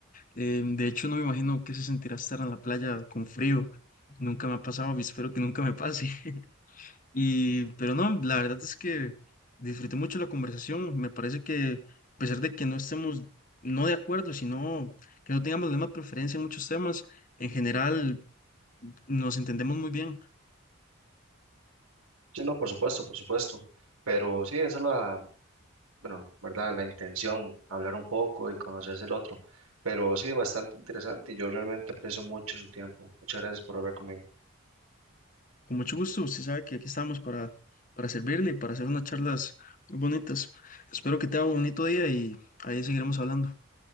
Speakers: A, on the left (about 40°); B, on the right (about 85°).
A: Eh, de hecho, no me imagino qué se sentirá estar en la playa con frío. Nunca me ha pasado y espero que nunca me pase. <laughs> Y, pero no, la verdad es que disfruté mucho la conversación. Me parece que a pesar de que no estemos no de acuerdo, sino que no tengamos la misma preferencia en muchos temas, en general nos entendemos muy bien.
B: Sí, no, por supuesto, por supuesto. Pero sí, esa es la, bueno, ¿verdad? La intención, hablar un poco y conocerse el otro. Pero sí, bastante interesante y yo realmente aprecio mucho su tiempo. Muchas gracias por hablar conmigo.
A: Con mucho gusto, usted sabe que aquí estamos para, para servirle y para hacer unas charlas muy bonitas. Espero que te haga un bonito día y ahí seguiremos hablando.